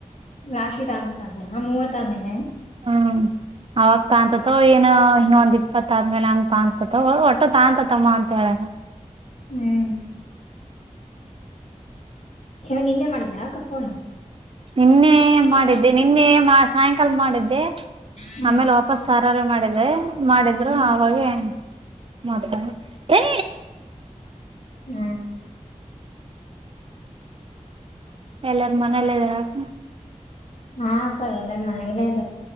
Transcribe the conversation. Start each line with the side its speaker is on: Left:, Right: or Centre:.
Left: ರಾಶಿದ ಅಂತ ಅ ಮೂವತ್ತ ಆದ್ಮೇಲೆ
Right: ಹಾ ಅವಾಗ ತಾತತೋ ಏನು ಇನ್ನೊಂದ್ ಇಪ್ಪತ್ತ ಆದ್ಮೇಲೆ ಹಂಗ ತ ತಾತೊಂತಮ್ಮ ಒಟ್ಟು ತಾಂತದಮ್ಮ ಅಂತ ಹೇಳ್ಯಾರ
Left: ಹ್ಮ್ ಏನ್ ನಿನ್ನೆ ಮಾಡಿದ್ದ ಅಕ್ಕಾ ಫೋನು
Right: ನಿನ್ನೆ ಮಾಡಿದ್ದೆ ನಿನ್ನೆ ಸಾಯಂಕಾಲ ಮಾಡಿದ್ದೆ
Left: ಹ್ಮ್
Right: ಆಮೇಲಾ ಹೊಸಾರಾರ ಮಾಡಿದ್ದೆ ಮಾಡಿದ್ರು
Left: ಹ್ಮ್
Right: ಆವಾಗೇ ಮಾಡಿದ್ದೆ ಹೇ.....
Left: ಹ್ಮ
Right: ಎಲ್ಲಾರ ಮನೇಲ್ಲ ಇದ್ದಾರಕ
Left: ಹಾ ಅಕ್ಕ ಎಲ್ಲಾರ ಮನೆಗೇ ಇದಾರೆ